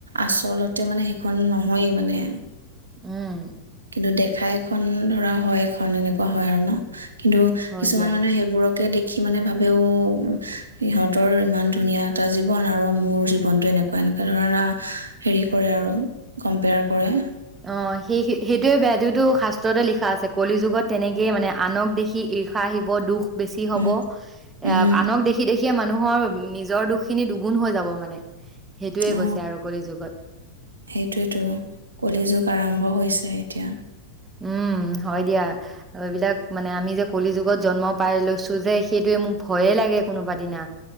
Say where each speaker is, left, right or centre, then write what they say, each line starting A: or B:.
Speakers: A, on the right; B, on the right.
A: আচলতে মানে সেইখন নহয়েই মানে
B: উম
A: কিন্তু দেখা এখন ধৰা হয় এখন এনেকুৱা হয় আৰু ন? কিন্তু
B: হয়
A: কিছুমান
B: দিয়া
A: মানুহে সেইবোৰক লোকে দেখি মানে ভাবেও সিহঁতৰ ইমান ধুনীয়া এটা জীৱন আৰু মোৰ জীৱনটো এনেকুৱা -এনেকুৱা ধৰণা হেৰি কৰে আৰু কম্পেয়াৰ কৰে।
B: অ সেই সেইটোৱে বেয়াটো শাস্ত তে লিখা আছে কলি যুগত তেনেকেই মানে আনক দেখি ঈৰ্ষা আহিব দুখ বেছি হ'ব
A: উম উম
B: এ আনক দেখি দেখিয়ে মানুহৰ নিজৰ দুখখিনি দুগুণ হৈ যাব মানে। সেইটোৱে
A: অ
B: গৈছে আৰু কলি যুগত
A: সেইটোয়েতো কলি যুগ আৰম্ভ হৈছে এতিয়া।
B: উম হয় দিয়া এইবিলাক মানে আমি যে কলি যুগত জন্ম পাই লৈছো যে সেইটোৱে মোক ভয়ে লাগে কোনোবা দিনা।